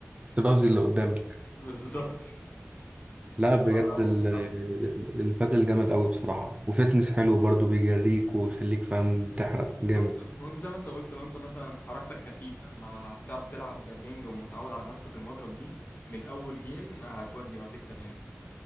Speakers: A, on the right; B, on the left.
A: ترازي اللي قدامك
B: بالظبط
A: لا بجد
B: <laughs> انا بروح
A: ال-
B: صح
A: البادل جامد قوي بصراحه وفتنس حلو برضو بيجريك ويخليك فاهم تحرق
B: بالظبط
A: جامد
B: هو انت زي ما انت قلت لو انت مثلا حركتك خفيفة مع بتعرف تلعب بينج ومتعود على مسكة المضرب دي من أول جيم هتودي وهتكسب يعني